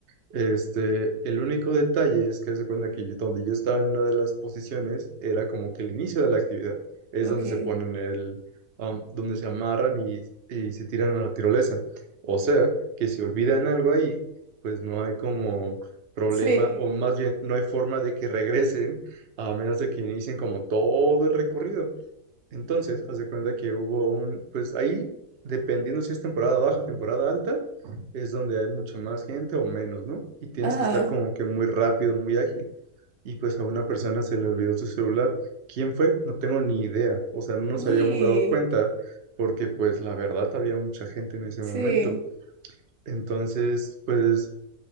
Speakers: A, on the right; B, on the right.
A: Este, el único detalle es que se cuenta que yo- donde yo estaba en una de las posiciones era como que el inicio de la actividad, es
B: ok,
A: donde se ponen el, am, donde se amarran y, y se tiran a la tirolesa. O sea, que si olvidan algo ahí, pues no hay como problema,
B: sí,
A: o más bien no hay forma de que regresen, a menos de que inicien como todo el recorrido. Entonces, haz de cuenta que hubo un, pues ahí, dependiendo si es temporada baja, temporada alta, es donde hay mucha más gente o menos, ¿no? Y tienes
B: ajá,
A: que estar como que muy rápido, muy ágil. Y pues a una persona se le olvidó su celular. ¿Quién fue? No tengo ni idea. O sea, no nos
B: y
A: habíamos dado cuenta porque pues la verdad había mucha gente en ese
B: sí,
A: momento. Entonces, pues